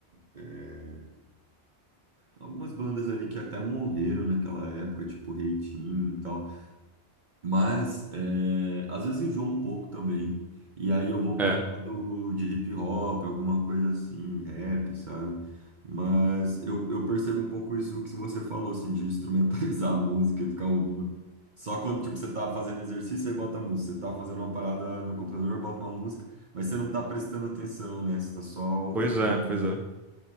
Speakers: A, on the right; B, in the centre.
A: é, algumas bandas ali que até morreram naquela época, tipo Reitinho e tal. Mas é, às vezes enjoa um pouco também. E aí eu vou para
B: É,
A: um lado de hip hop, alguma coisa assim, rap, sabe? Mas eu, eu percebo um pouco isso que você falou, assim, de instrumentalizar <laughs> a música e ficar ouvindo. Só quando, tipo, você tá fazendo exercício, aí bota a música. Você tá fazendo uma parada no computador, bota uma música, mas você não tá prestando atenção, né? Você tá só ocupando.
B: pois é, pois é.